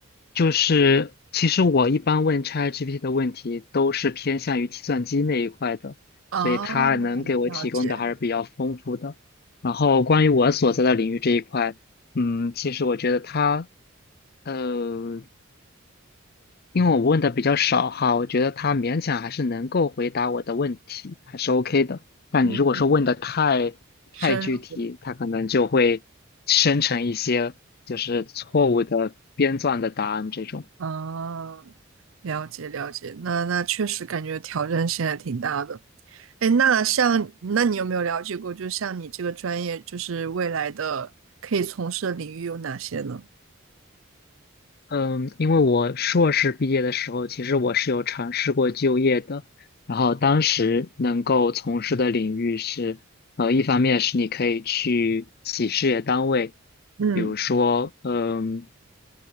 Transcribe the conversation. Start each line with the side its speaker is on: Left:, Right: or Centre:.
Left: 就是其实我一般问 ChatGPT 的问题都是偏向于计算机那一块的，
Right: 啊，
Left: 所以它能给我提供的还是比较丰富的。
Right: 了解，
Left: 然后关于我所在的领域这一块，嗯，其实我觉得它，呃，因为我问的比较少哈，我觉得他勉强还是能够回答我的问题，还是 OK 的。但你如果说问的太太具体，
Right: 嗯，深入
Left: 他可能就会生成一些就是错误的编撰的答案这种。
Right: 啊，了解了解，那那确实感觉挑战性还挺大的。哎，那像，那你有没有了解过，就像你这个专业，就是未来的可以从事的领域有哪些呢？
Left: 嗯，因为我硕士毕业的时候，其实我是有尝试过就业的，然后当时能够从事的领域是，呃，一方面是你可以去企事业单位。
Right: 嗯，
Left: 比如说，嗯，